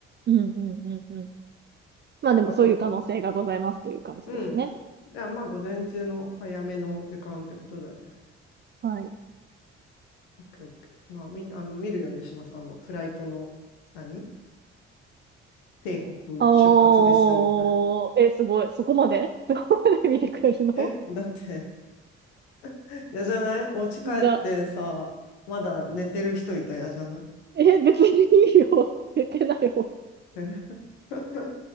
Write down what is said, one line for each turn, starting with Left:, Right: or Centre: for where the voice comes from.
Right: うんうんうんうん。まあでもそういう可能性がございますという感じですね。
Left: そうか、そうか。うん。じゃあ、まあ、午前中の早めの時間ってことだね。
Right: はい。
Left: オッケーオッケーまあ、み、あの、見るようにします。あの、フライトの、何帝国出発です、
Right: あ
Left: みたいな。
Right: ー、え、すごい。そこまで <laughs> そこまで見てくれるの
Left: え、だって、<laughs> 嫌じゃないお家帰ってさ、
Right: じゃあ、
Left: まだ寝てる人いたら嫌じゃない
Right: え、別にいいよ。寝てないよ。
Left: え <laughs>